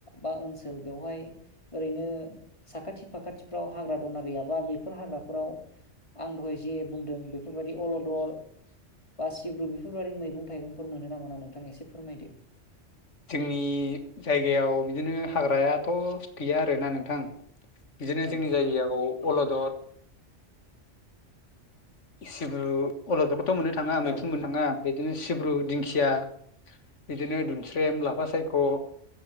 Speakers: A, on the left; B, on the left.
A: बा ओनसोल बेवहाय ओरैनो साखाथि फाखाथिफ्राव हाग्रा दंना गैयाबा बेफोर हाग्राफोराव आं दहाय जे बुंदों बेफोर बायदि अलदर बा सिब्रु बेफोर बायदि मैगं थाइगंफोर मोनोना मोना नोंथां एसे फोरमायदो।
B: जोंनि जायगायाव बिदिनो हाग्रायाथ' गैया आरोना नोंथां। बिदिनो
A: औ
B: जोंनि जायगायाव अलदर। सिब्रु, अलदर थ' मोननो थाङा मैखुन
A: औ
B: मोननो थाङा। बिदिनो सिब्रु, दिंखिया बिदिनो दौवस्रेम लाफा सायख'।